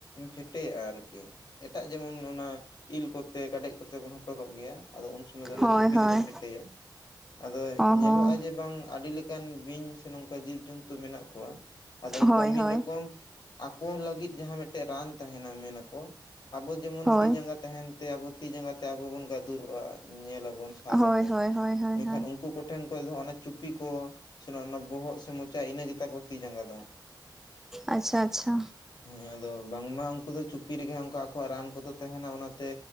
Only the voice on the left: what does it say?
ᱯᱷᱮᱴᱮᱭᱟᱜ-ᱟ ᱟᱨᱠᱤ᱾ ᱮᱴᱟᱜ ᱡᱮᱢᱚᱱ ᱚᱱᱟ ᱤᱞ ᱠᱚᱛᱮ ᱠᱟᱰᱮᱡ ᱠᱚᱛᱮ ᱵᱚᱱ ᱦᱚᱴᱚᱨᱚᱜ ᱜᱮᱭᱟ ᱟᱫᱚ ᱩᱱ ᱥᱚ ᱥᱩᱢᱟᱹᱭ ᱫᱚ ᱚᱱᱟ
ᱪᱩᱯᱤ
ᱛᱮᱠᱚ ᱯᱷᱮᱴᱮᱭᱟ᱾ ᱟᱫᱚ
ᱧᱮᱞᱚᱜ-ᱟ
ᱡᱮ ᱵᱟᱝ ᱟᱰᱤ ᱞᱮᱠᱟᱱ ᱵᱤᱧ ᱥᱮ ᱱᱚᱝᱠᱟ ᱡᱤᱵ ᱡᱚᱱᱛᱩ ᱢᱮᱱᱟᱜ ᱠᱚᱣᱟ᱾ ᱟᱫᱚ ᱩᱝᱠᱩᱣᱟᱜ
ᱢᱤᱜ
ᱨᱚᱠᱚᱢ ᱟᱠᱚ ᱞᱟᱹᱜᱤᱫ ᱡᱟᱸᱦᱟ ᱢᱮᱴᱮᱜ ᱨᱟᱱ ᱛᱟᱦᱮᱱᱟ ᱢᱮᱱᱟᱠᱚ ᱟᱵᱚ᱾ ᱡᱮᱢᱚᱱ
ᱛᱤ ᱡᱟᱸᱜᱟ ᱛᱟᱦᱮᱱ ᱛᱮ ᱟᱵᱚ ᱛᱤ ᱡᱟᱸᱜᱟ ᱛᱮ ᱟᱵᱚ ᱵᱚᱱ ᱜᱟᱫᱩᱨᱚᱜ-ᱟ ᱧᱮᱞᱟᱵᱚᱱ᱾ ᱥᱟᱵ
ᱟᱵᱚᱱ
ᱢᱮᱱᱠᱷᱟᱱ
ᱩᱱᱠᱩ ᱠᱚᱴᱷᱮᱱ ᱠᱷᱚᱡ ᱫᱚ ᱦᱟᱸᱜ ᱚᱱᱮ ᱪᱩᱯᱤ ᱠᱚ᱾ ᱥᱮᱱ ᱚᱱᱟ ᱵᱚᱦᱚᱜ ᱥᱮ ᱢᱚᱪᱟ ᱤᱱᱟᱹ ᱜᱮᱛᱟ ᱠᱚ ᱛᱤ ᱡᱟᱸᱜᱟ ᱫᱚ ᱦᱟᱸᱜ᱾
ᱦᱮᱸ ᱟᱫᱚ ᱵᱟᱝᱢᱟ ᱩᱝᱠᱩ ᱫᱚ ᱪᱩᱯᱤ ᱨᱮᱜᱮ ᱩᱱᱠᱩ ᱟᱠᱚᱣᱟᱜ ᱨᱟᱱ ᱠᱚᱫᱚ ᱛᱟᱸᱦᱮᱱᱟ ᱚᱱᱟᱛᱮ᱾